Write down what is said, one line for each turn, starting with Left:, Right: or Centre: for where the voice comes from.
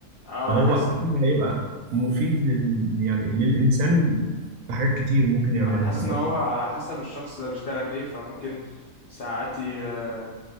Left: اه
Right: فهو
Left: انا حاسس
Right: أكيد هيبقى مفيد لل يعني للإنسان في حاجات كتير ممكن يعملها
Left: انا حاسس
Right: فاهم
Left: ان هو
Right: قصدي؟
Left: على حسب الشخص اللي بيشتغل ايه فممكن ساعات ي-